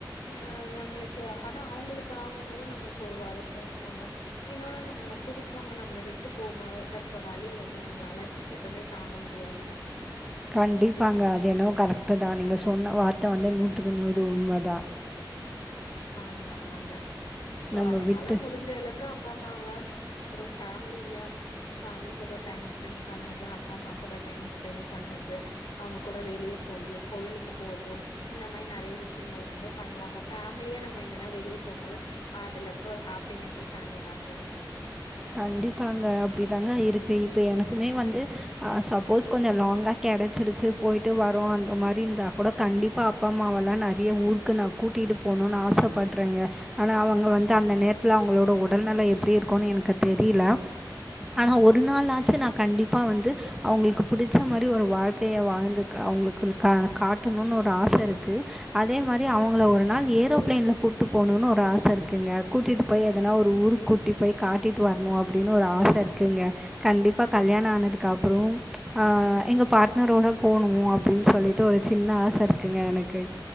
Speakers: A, on the left; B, in the centre.
A: அ நம்ளுக்கு ஆனா அவங்களுக்கு ஆகும் போது நம்ளுக்கு ஒரு வருத்தோ இருக்குங்க இன்னொன்னு நம்மள புடிச் சவங்க நம்மள விட்டு போம் போது இருக்க வலி வந்து நம்மளால எப்பமே தாங்க முடியாதுங்க
B: கண்டிப்பாங்க அது என்னவோ கரெக்ட் தா நீங்க சொன்ன வார்த்த வந்து நூத்துக்கு நூறு உண்மதா
A: ஆமா ஆமாங்க சோ
B: நம்ம
A: அதனால
B: விட்டு
A: முடிஞ்ச அளக்கு அப் பாம்மாவ அப்புறோ ஃபேமிலில ஃபமிலி கூட டைம் ஸ்பெண்ட் பண்ணது அப்பா அம்மா கூட டைம் ஸ்பெண்ட் பண்ணது அவங்க கூட வெளியே போறது கோயிலுக்கு போது இந்த மாரி நெறய விஷயங்கள் வந்து பண்லாங்க ஃபேமிலியா நம்ம எங்கன்னா வெளியே போம் போது அதுல இருக்க ஒரு ஹாப்பினஸே தனிதாங்க
B: கண்டிப்பாங்க அப்டி தாங்க இருக்கு இப்போ எனக்குமே வந்து அ சப்போஸ் கொஞ்சோ லாங்கா கிடச்சிடிச்சு போயிட்டு வரு அந்த மாரி இருந்தா கூட கண்டிப்பா அப்பா அம்மா வெல்லா நெறய ஊருக்கு நா கூட்டிட்டு போனுனு ஆசப்படுறேங்க ஆனா அவங்க வந்து அந்த நேரத் த்ல அவங்களோட உடல்நிலை எப்படி இருக்குனு எனக்கு தெரில ஆனா
A: ம்.
B: ஒரு நாள் ஆச்சு நா கண்டிப்பா வந்து அவங்ளுக்கு பிடிச்ச மாரி ஒரு வாழ்க்கைய வாழ்ந்து அவங்களுக்கு கா-காட்டணுன்னு ஒரு ஆச இருக்கு அதே மாரி அவங்கள ஒரு நாள் ஏரோ பிளைன்ல கூட்டு போகணுனு ஒரு ஆச இருக்குங்க கூட்டிட்டு போய் எதனா ஒரு ஊரு கூட் டி போய் காட்டிட்டு வரணு அப்டின்னு ஒரு ஆச இருக்குங்க கண்டிப்பா கல்யாணோ ஆனதுக்கு அப்புறோ ஆ எங்க பாட்னரோட போனு அப்டின் சொல்லிட்டு ஒரு சின்ன ஆச இருக்குங்க எனக்கு